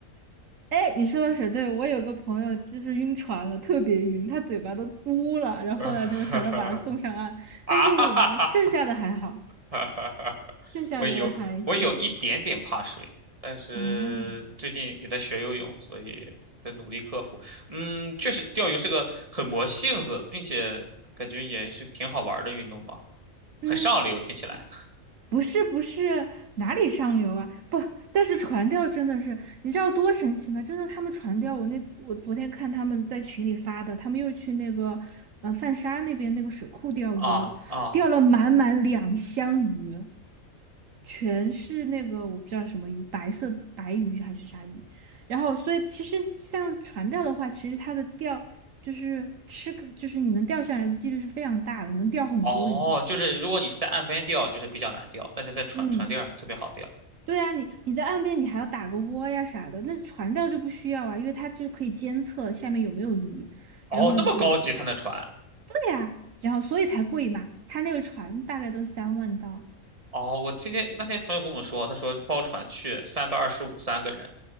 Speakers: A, on the right; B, on the right.
A: 哎，你说的水，对，我有个朋友就是晕船了，特别晕，他嘴巴都嘟了，
B: <laughs>
A: 然后后来那个船长把他送上岸，
B: 啊哈哈哈
A: 但是我们剩下的还好，
B: 哈哈哈！
A: 剩下的还行。
B: 我有我有一点点怕水，但是最近也在学游泳，
A: 哦，
B: 所以在努力克服。嗯，确实钓鱼是个很磨性子，并且感觉也是挺好玩儿的运动吧，
A: 嗯。
B: 很上流，听起来。
A: 不是不是哪里上流啊？不，但是船钓真的是，你知道多神奇吗？真的，他们船钓我那我昨天看他们在群里发的，他们又去那个嗯泛沙那边那个水库钓鱼了，
B: 啊啊
A: 钓了满满两箱鱼，全是那个我不知道什么鱼，白色白鱼还是啥鱼。然后，所以其实像船钓的话，其实它的钓就是吃个，就是你能钓上来的几率是非常大的，能钓很多鱼。
B: 哦，就是如果你是在岸边钓，就是比较难钓，但是在船船钓上特别好钓。
A: 嗯。对啊，你你在岸边你还要打个窝呀啥的，那船钓就不需要啊，因为它就可以监测下面有没有鱼，
B: 哦，
A: 然后你就
B: 那么高级，他那船。
A: 对呀、然后所以才贵嘛。它那个船大概都三万刀
B: 哦，我今天那天朋友跟我说，他说包船去三百二十五三个人，